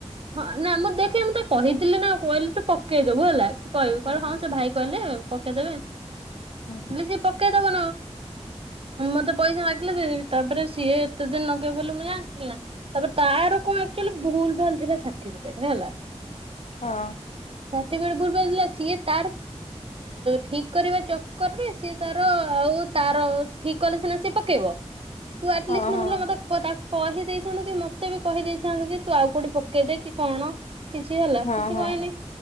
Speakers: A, on the right; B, on the left.
A: ହଁ ନା ମୁଁ ଦେଖି ମୁଁ ତ କହିଥିଲି ନା ଆଉ କହିଲି ତୁ ପକେଇଦବୁ ହେଲା କହିବି
B: ହୁଁ
A: କହିଲେ ହଁ
B: ହୁଁ
A: ସେ ଭାଇ କହିଲେ ପକେଇଦେବେ
B: ହୁଁ
A: ସେ ପକେଇଦବ ନା? ମତେ ପଇସା ମାଗିଲେ ଦେଇ ତାପରେ ସିଏ ଏତେ ଦିନ ଲଗେଇବେ ବୋଲି ମୁଁ ଜାଣିିଥିଲି ନା ତାପରେ ତାର କଣ ଆକ୍ଚୁଲି ଭୁଲ୍ ଭାଲ ଥିଲା ସାର୍ଟିଫିକଟ ହେଲା।
B: ହଁ।
A: ସାର୍ଟିଫିକେଟରେ ଭୁଲ ଭାଲ ଥିଲା ସିଏ ତାର ଠିକ କରିବା ଚକର ରେ ସିଏ ତାର ଆଉ ତାର ଠିକ କଲେ ସିନା ସିଏ ପକେଇବ। ତୁ ଆଟଲିଷ୍ଟ
B: ହଁ
A: ନହେଲେ
B: ହଁ
A: ମୋତେ କଥା କହି ଦେଇଥାନ୍ତୁ କି ମତେ ବି କହିଦେଇଥାନ୍ତୁ କି ତୁ ଆଉ କୋଉଠି ପକେଇଦେ କି କଣ? କିଛି ହେଲା
B: ହଁ
A: କିଛି
B: ହଁ
A: କହିନି